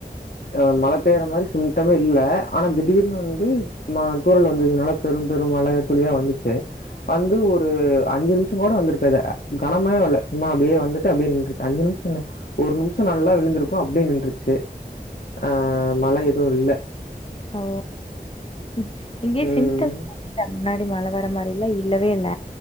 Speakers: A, on the left; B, on the left.
A: ஆஹ் மழ பெய்யுற மாதிரி சிம்டமே இல்ல ஆனா திடீர்னு வந்து தூரல் வந்துச்சு நல்லா பெரும் பெரும் மழ துளியா வந்துச்சு வந்து ஒரு அஞ்சு நிமிஷம் கூட வந்திருக்காது கனமான மழ சும்மா அப்படியே வந்துட்டு அப்படியே நின்றுச்சு அஞ்சு நிமிஷம் ஒரு நிமிஷம் நல்லா விழுந்திருக்கும் அப்டியே நின்றுச்சு அஹ் மழை எதுவும் இல்ல
B: ஓ உம் இங்கே
A: ம்.
B: சிம்ட முன்னாடி மழ வர மாதிரி இல்ல இல்லவே இல்ல